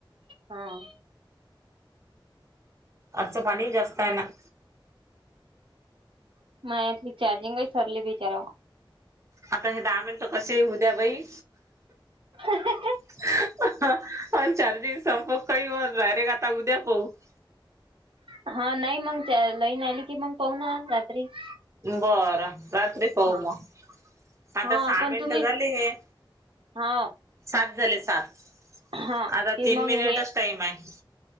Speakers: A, on the right (about 80°); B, on the right (about 35°).
A: हम्म
B: आजचं पाणी जास्त आहे ना?
A: <unintelligible>
B: आता हे दहा मिनटं कसे येऊ द्या बाई.
A: <unintelligible>
B: <unintelligible>
A: <unintelligible> <inaudible>
B: बरं चालतंय पाहू
A: हा
B: मग आता
A: हा
B: सहा
A: पण
B: मिनिटं
A: तुम्ही
B: झाली हे
A: हा
B: सात झाले सात.
A: हा
B: आ
A: की
B: तीन
A: मग
B: मिनिटच
A: हे
B: टाईम आहे.